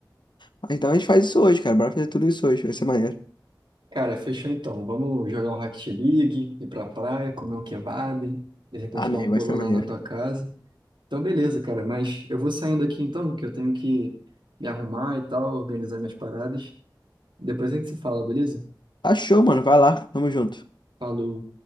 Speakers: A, on the left; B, on the right.
A: Mas Então a gente faz isso hoje, cara. Bora fazer tudo isso hoje, vai ser maneiro.
B: Cara, fechou então. Vamos jogar um Rocket League, ir pra praia, comer um kebab, de repente
A: Amém,
B: dar um pulo
A: vai ser
B: lá
A: maneiro.
B: na tua casa. Então, beleza, cara, mas eu vou saindo aqui então, que eu tenho que me arrumar e tal, organizar minhas paradas. Depois a gente se fala, beleza?
A: Achou, mano, vai lá, tamo junto.
B: Falou.